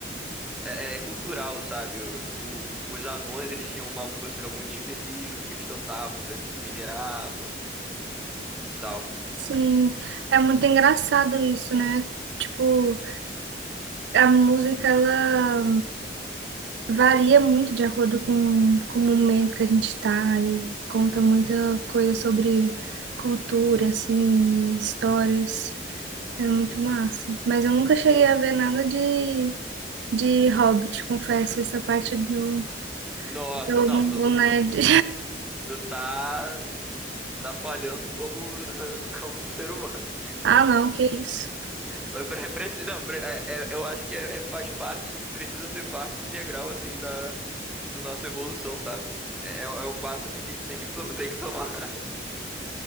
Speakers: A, in the centre; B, on the right.
A: é, é é cultural, sabe? O, o- os anões, eles tinham uma música muito específica que eles cantavam sempre que minerava e tal.
B: Sim, é muito engraçado isso, né? Tipo, a música, ela. Varia muito de acordo com, com o momento que a gente está e conta muita coisa sobre cultura, assim, e histórias. É muito massa. Mas eu nunca cheguei a ver nada de, de Hobbit, confesso, essa parte do,
A: Nossa,
B: do
A: não,
B: mundo
A: tu, tu-
B: nerd. <laughs>
A: tu tá, tá falhando como, <laughs> como um ser humano.
B: Ah, não, que isso.
A: Mas pre- preci- não, pre- é- é- eu acho que é- é- faz parte, precisa ser parte integral, assim, da, da nossa evolução, sabe? É, é é um passo, assim, que a gente tem que, to- <laughs> tem que tomar.